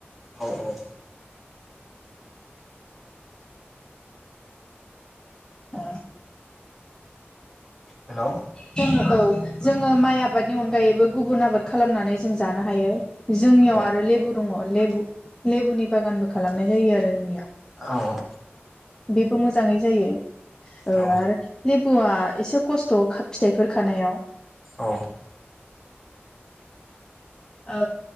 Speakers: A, in the centre; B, on the left.
A: औ औ
B: ओ
A: हेलौ
B: जों औ जोङो माइ आबादनि अनगायैबो गुबुन आबाद खालामनानै जों जानो हायो जोंनियाव
A: औ
B: आरो लेबु दङ लेबु लेबुनि बागानबो खालामनाय जायो आरो जोंनियाव
A: औ औ
B: बेबो मोजाङै जायो ओ
A: औ
B: आरो लेबुआ एसे खस्थ' फिथाइफोर खानायाव
A: औ
B: ओ